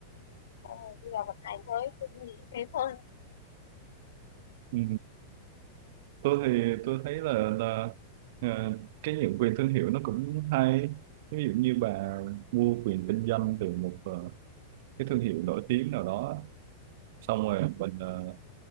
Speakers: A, on the left; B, on the right.
A: xong rồi đi vào vận hành thôi tôi nghĩ thế thôi
B: Ừ. tôi thì tôi thấy là là ờ, cái nhượng quyền thương hiệu nó cũng hay ví dụ như bà mua quyền kinh doanh từ một ờ, cái thương hiệu nổi tiếng nào đó xong rồi mình ờ,